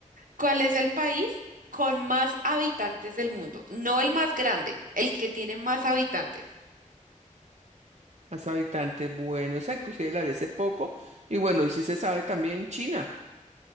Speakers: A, on the right; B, on the right.
A: ¿cuál es el país con más habitantes del mundo? No el más grande, el que tiene más habitantes.
B: más habitantes. Bueno, esa inclusive la vi hace poco. Y bueno, y si se sabe también China.